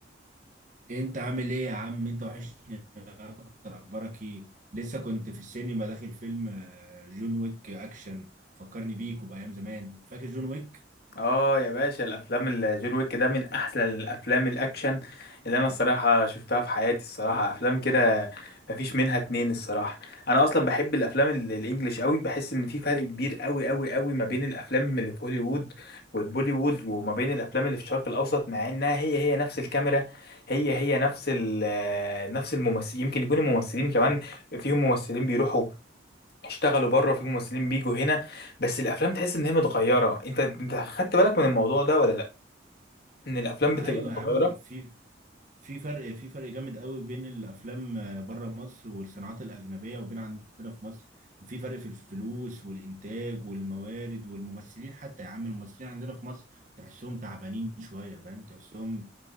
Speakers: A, on the right; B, on the left.
A: إيه انت عامل ايه يا عم انت وحشني اكتر اخبارك ايه لسه كنت في السينما داخل فيلم آه، جون ويك اكشن فكرني بيك وبايام زمان فاكر جون ويك
B: اه يا باشا الافلام الجون ويك ده من احسن الافلام الاكشن اللي انا الصراحه شفتها في حياتي الصراحه افلام كده مفيش منها اتنين الصراحه انا اصلا بحب الافلام ال- الانجليش قوي بحس ان في فرق كبير قوي قوي قوي ما بين الافلام اللي في هوليوود والبوليوود وما بين الافلام اللي في الشرق الاوسط مع انها هي هي نفس الكاميرا هي هي نفس ال- نفس الممثل يمكن يكون الممثلين كمان فيهم ممثلين بيروحوا اشتغلوا بره في ممثلين بيجوا هنا بس الافلام تحس ان هي متغيره انت انت خدت بالك من الموضوع ده ولا لا ان الافلام
A: ايوه
B: بتبقى متغيره
A: يا عم في في فرق في فرق جامد قوي بين الافلام آه، بره مصر والصناعات الاجنبيه وبين عندنا في مصر في فرق في الفلوس والانتاج والموارد والممثلين حتى يا عم الممثلين عندنا في مصر تحسهم تعبانين شويه فاهم تحسهم